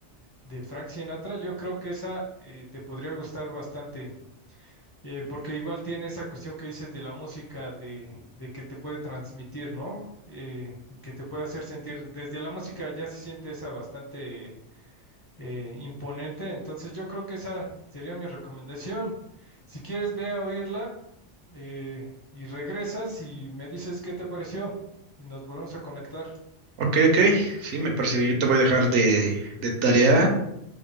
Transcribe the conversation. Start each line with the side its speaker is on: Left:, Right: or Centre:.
Left: de Frank Sinatra, yo creo que esa eh, te podría gustar bastante, eh, porque igual tiene esa cuestión que dices de la música, de, de que te puede transmitir, ¿no? Eh, y que te puede hacer sentir, desde la música ya se siente esa bastante eh, imponente, entonces yo creo que esa sería mi recomendación. Si quieres, ve a oírla eh, y regresas y me dices qué te pareció y nos volvemos a conectar.
Right: Ok, ok, sí, me parece bien. Yo te voy a dejar de, de tarea